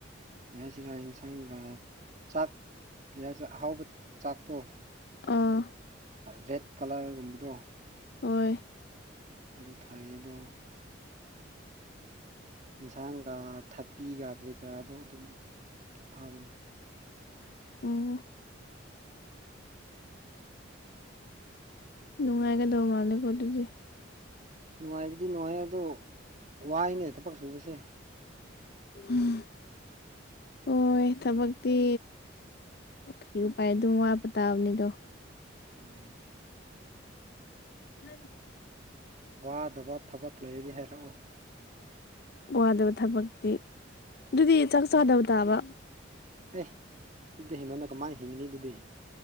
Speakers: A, on the right; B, on the left.
A: ꯌꯥꯁꯤꯔꯥ ꯌꯦꯟꯁꯥꯡꯒ ꯆꯥꯛ ꯑꯍꯥꯎꯕ ꯆꯥꯛꯇꯣ
B: ꯑꯥ
A: ꯔꯦꯠ ꯀꯂꯔꯒꯨꯝꯕꯗꯣ
B: ꯍꯣꯏ
A: ꯑꯗꯨ ꯊꯥꯏꯗꯣ ꯌꯦꯟꯁꯥꯡꯒ ꯊꯄꯤꯒ ꯀꯔꯤ ꯀꯔꯥꯗꯣ ꯑꯗꯨꯝ ꯊꯥꯕꯅꯤ
B: ꯎꯝ ꯅꯨꯡꯉꯥꯏꯒ ꯗꯣ ꯃꯥꯦ ꯀꯣ ꯂꯤꯦ
A: ꯅꯨꯡꯉꯥꯏꯕꯗꯤ ꯅꯨꯡꯉꯥꯏ ꯑꯗꯣ ꯋꯥꯏꯅꯦ ꯊꯕꯛ ꯁꯨꯕꯁꯦ
B: ꯎꯝ ꯍꯣꯏ ꯊꯕꯛꯇꯤ ꯀꯩ ꯎꯄꯥꯏ ꯑꯗꯨꯝ ꯋꯥꯄ ꯇꯥꯕꯅꯤꯗꯣ
A: ꯎꯝ
B: ꯃ
A: ꯋꯥꯗꯕ ꯊꯕꯛ ꯂꯩꯔꯗꯤ ꯍꯥꯏꯔꯛꯎ
B: ꯋꯥꯗꯕ ꯊꯕꯛꯇꯤ ꯑꯗꯨꯗꯤ ꯆꯥꯛ ꯆꯥꯗꯕ ꯇꯥꯕ
A: ꯑꯦ ꯑꯗꯨꯗꯤ ꯍꯦꯃꯟ ꯀ ꯃꯥꯥꯏ ꯍꯤꯡꯅꯤꯗꯨꯗꯤ